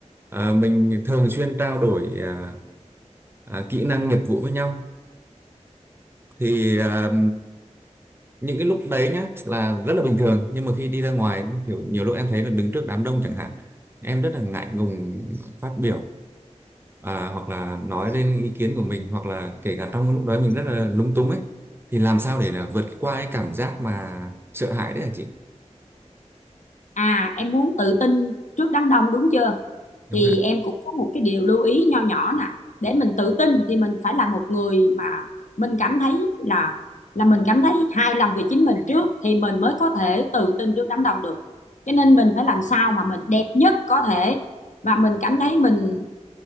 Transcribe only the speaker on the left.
à em muốn tự tin trước đám đông đúng chưa
thì
em cũng có một cái điều lưu ý nho nhỏ nè để mình tự tin thì mình phải là một người mà mình cảm thấy là là mình cảm thấy hài lòng về chính mình trước thì mình mới có thể tự tin trước đám đông được cho nên mình phải làm sao mà mình đẹp nhất có thể và mình cảm thấy mình